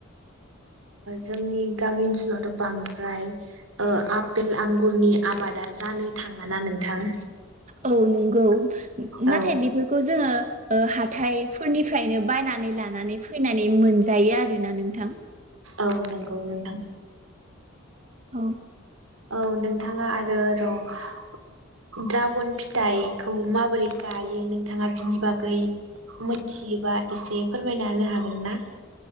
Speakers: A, on the right; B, on the right.
A: जोंनि गामि ओनसोलावथ' बांद्राय आपेल आंगुरनि आबादा जानो थाङाना नोंथां
B: औ नंगौ
A: औ
B: नाथाय बेफोरखौ जोङो हाथायफोरनिफ्रायनो बायनानै लानानै फैनानै मोनजायो आरोना नोंथां
A: औ नंगौ नोंथां
B: औ
A: औ नोंथाङा आरो र' ड्रागन फिथाइखौ माबोरै गायो नोंथाङा बिनि बागै मोनथियोबा एसे फोरमायना होनो हागोन ना?